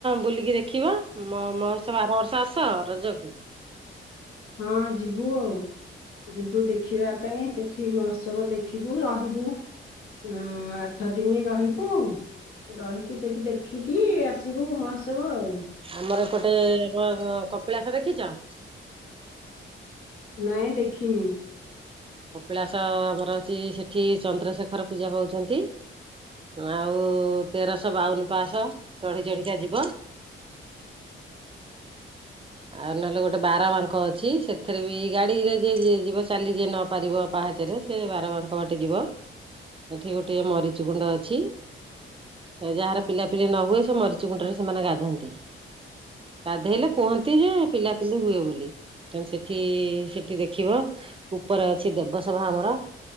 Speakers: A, on the right (about 25°); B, on the left (about 90°).
A: ବୁଲିକି ଦେଖିବ ମ ମହୋତ୍ସବ ଆର ବର୍ଷ ଆସ ରଜକୁ?
B: ହଁ ଯିବୁ ଆଉ। ଯିବୁ ଦେଖିବା ପାଇଁ ସେଠି ମହୋତ୍ସବ ଦେଖିବୁ ରହିବୁ। ଉଁ ଆଠ ଦିନି ରହି ବୁ ରହିକି ସେଠି ଦେଖିକି ଆସିବୁ ମହୋତ୍ସବ ଆଉ।
A: ଆମର ଏପଟେ ଆମ କପିଳାସ ଦେଖିଚ?
B: ନାଇଁ ଦେଖିନି।
A: କପିଳାସ ଆମର ଅଛି ସେଠି ଚନ୍ଦ୍ରଶେଖର ପୂଜା ପାଉଚନ୍ତି। ଆଉ ତେରଶହ ବାଉନ ପାହାଚ ଚଢି ଚଢିକା ଯିବ।
B: <inaudible>
A: ଆଉ ନହେଲେ ଗୋଟେ ବାର ବାଙ୍କ ଅଛି ସେଥିରେ ବି ଗାଡ଼ିରେ ଯିଏ ଯିବ ଚାଲି ଯିଏ ନ ପାରିବ ପାହାଚରେ ସେ ବାର ବାଙ୍କ ବାଟେ ଯିବ। ଏଠି ଗୋଟିଏ ମରିଚି ଗୁଣ୍ଡ ଅଛି। ଯାହାର ପିଲାପିଲି ନହୁଏ ସେମରିଚ ଗୁଣ୍ଡରେ ସେମାନେ ଗାଧାନ୍ତି। ଗାଧେଇଲେ କୁହନ୍ତିଯେ ପିଲା ପିଲି ହୁଏ ବୋଲି। ସେଠି ସେଠି ଦେଖିବ ଉପରେ ଅଛି ଦେବସଭା ଆମର।